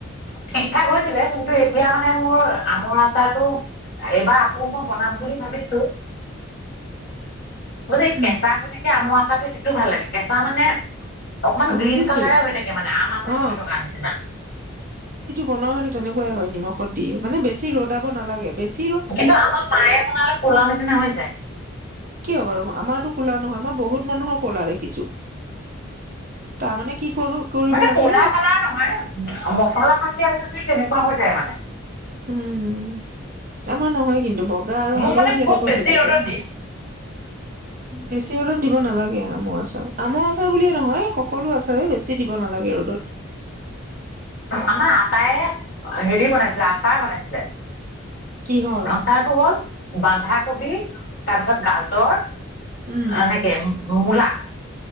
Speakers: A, on the left; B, on the right.
A: ঠিকঠাক হৈছিলে কিন্তু এতিয়া মানে মোৰ আমৰ আচাৰটো এইবাৰ আকৌ মই বনাম বুলি ভাবিছো। মোৰ যে
B: উম।
A: এই কেঁচা হৈ থাকে আমৰ আচাৰটো সেইটোও ভাল লাগে। কেঁচা মানে। অকমান
B: অ
A: গ্ৰীণ
B: বুজিছো
A: কালাৰে হৈ থাকে মানে আম আমে
B: অ
A: হৈ থকা নিচিনা।
B: বনোৱা হেটো তেনেকুৱাই হয় নিমখ অ' দি মানে বেছি ৰদাব নালা <unintelligible>
A: কিন্তু আমাৰ মায়ে বনালে ক'লা নিচিনা হৈ যায়।
B: কিয় বাৰু আমাৰতো কোলা নহয়। মই বহুত মানুহৰ কলা দেখিছো। তামানে কি কৰো কৰিব
A: মানে
B: লাগে
A: ক'লা কালাৰ নহয়, মচলা সান দিয়া পাছত মানে তেনেকুৱা হৈ যায় মানে।
B: উম আমাৰ নহয় কিন টো বগা আৰু হালধীয়া
A: মোৰ মানে খুব
B: টাইপত
A: বেছি
B: হৈ থাকে।
A: ৰ'দত দিয়ে
B: বেছি ৰ'দত দিব নালাগে আমৰ আচাৰ, আমৰ আচাৰ বুলিয়ে নহয় সকলো আচাৰে বেছি দিব নালাগে ৰ'দত।
A: আমাৰ আটায়ে হেৰি বনাইছিলে, আচাৰ বনাইছিলে।
B: কিহৰ
A: আচাৰটো হ'ল বান্ধাকবি তাপাত গাজৰ
B: উম
A: এনেকেম। হু মূলা।